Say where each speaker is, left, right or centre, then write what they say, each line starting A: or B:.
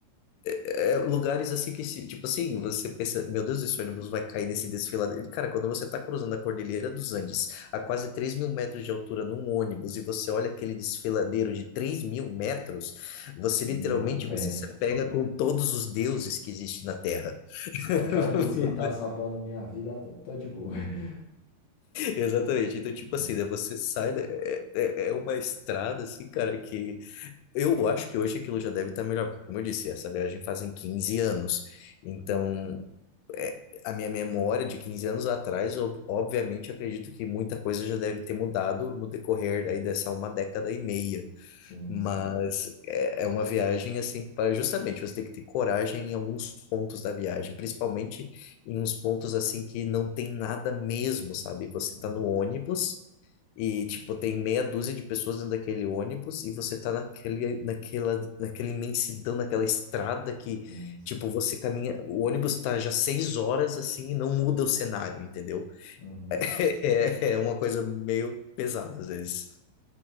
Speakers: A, on the left; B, on the left.
A: é, lugares assim que, se- tipo assim, você pensa, meu Deus, esse ônibus vai cair nesse desfiladeiro. Cara, quando você está cruzando a Cordilheira dos Andes, a quase três mil metros de altura num ônibus, e você olha aquele desfiladeiro de três mil metros, você
B: Não
A: literalmente
B: compensa.
A: você se apega com todos os deuses que existem na Terra. <laughs>
B: Qualquer um desses que tá salvando a minha vida, tô tô de boa. <laughs>
A: Exatamente. Então, tipo
B: Ah,
A: assim, né, você sai, da- é, é é uma estrada, assim, cara, que eu acho que hoje aquilo já deve estar melhor, porque, como eu disse, essa viagem fazem 15 anos. Então, a minha memória de 15 anos atrás, ob- obviamente, acredito que muita coisa já deve ter mudado no decorrer aí dessa uma década e meia.
B: Sim,
A: Mas
B: sim.
A: é, é uma viagem assim para justamente você ter que ter coragem em alguns pontos da viagem, principalmente em uns pontos assim que não tem nada mesmo, sabe? Você
B: Uhum,
A: está no ônibus. E, tipo, tem meia dúzia de pessoas dentro daquele ônibus e você tá naquele, naquela, naquela imensidão, naquela estrada que,
B: Sim, sim.
A: tipo, você caminha. O ônibus tá já seis horas assim e não muda o cenário, entendeu? <laughs>
B: Uhum.
A: É, é uma coisa meio pesada às vezes.